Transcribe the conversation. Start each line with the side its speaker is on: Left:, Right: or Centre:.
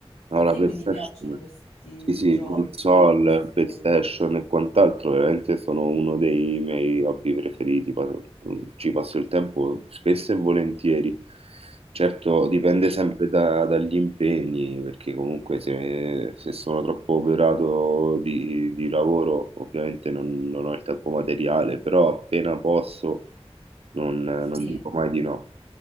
Right: No,
Left: A
Right: la
Left: te
Right: PlayStation,
Left: quindi piacciono questi
Right: sì, sì,
Left: giochi
Right: console,
Left: di missioni?
Right: PlayStation e quant'altro, veramente sono uno dei miei hobby preferiti. Pa- Ci passo il tempo spesso e volentieri. Certo, dipende sempre
Left: Eh,
Right: da- dagli impegni, perché comunque se, se sono troppo operato di, di lavoro, ovviamente non, non ho il tempo materiale, però appena posso non non
Left: sì.
Right: dico mai di no.